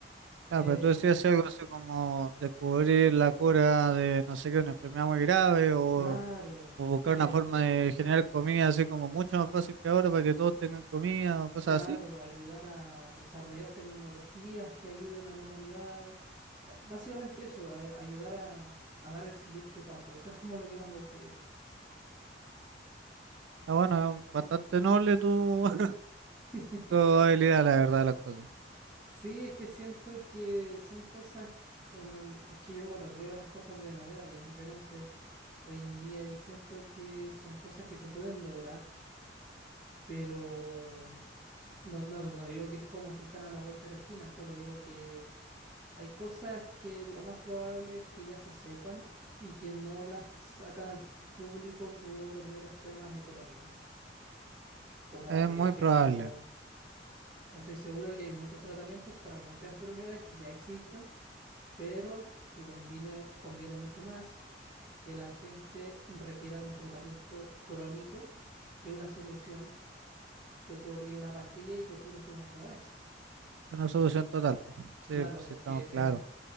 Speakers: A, on the right; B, on the right.
A: Claro,
B: Eh,
A: pero tú decías si algo así como descubrir la cura de no sé qué, una enfermedad muy grave o,
B: claro.
A: o buscar
B: eh,
A: una forma de generar comida así como mucho más fácil que ahora para que todos tengan comida o cosas
B: Claro,
A: así.
B: ayudar a desarrollar tecnologías que ayuden a la humanidad. Eh, Básicamente eso, a- eh, ayudar a, a dar el siguiente paso. Eso es como lo que más me gustaría.
A: Ah, bueno, es bastante noble tu, <laughs>
B: <laughs>
A: tu habilidad, la verdad de las cosas.
B: Sí, es que siento que son cosas, en el- es que yo, bueno, veo las cosas de manera bien diferente hoy en día y siento que son cosas que se pueden lograr, pero s- no, no, no digo que es como que están a la vuelta de la esquina, solo digo que Hay cosas que lo más probable es que ya se sepan y que no las sacan al público por meros temas económicos. Como
A: Es
B: por
A: muy
B: ejemplo,
A: probable.
B: estoy seguro de que hay muchos tratamientos para muchas enfermedades que ya existen, pero que conviene, conviene mucho más que la gente requiera de un tratamiento crónico que una solución que te otorgue una pastilla y te cures de una sola vez.
A: Una solución total, pues. Sí,
B: Claro,
A: pues
B: porque
A: sí, estamos claros.
B: em,